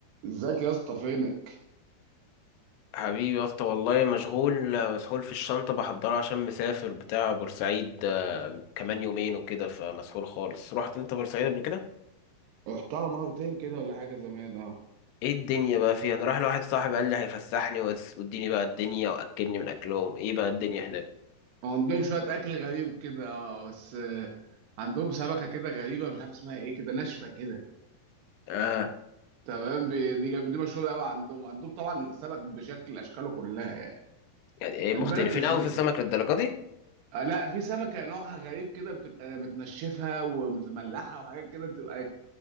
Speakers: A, on the right; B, on the left.
A: ازيك يا اسطى فينك
B: حبيبي يا اسطى والله مشغول مسحول في الشنطة بحضرها عشان مسافر بتاع بورسعيد آه، كمان يومين وكده فمسحول خالص رحت انت بورسعيد قبل كده؟
A: رحتها مرتين كده ولا حاجه زمان اه
B: ايه الدنيا بقى فيها؟ انا رايح لواحد صاحبي قال لي هيفسحني وس- واديني بقى الدنيا واكلني من اكلهم ايه بقى الدنيا هناك؟
A: عندهم شويه اكل غريب كده اه بس آه، عندهم سمكه كده غريبه مش عارف اسمها ايه كده ناشفه كده
B: اه
A: تمام بي- دي دي مشهوره قوي عندهم عندهم طبعا السمك بشكل اشكاله كلها يعني
B: يعني ايه
A: البلد
B: مختلفين
A: لذيذه
B: قوي في السمك للدرجة دي؟
A: آه، لا في سمكه نوعها غريب كده بتبقى متنشفه ومتملحه وحاجات كده بتبقى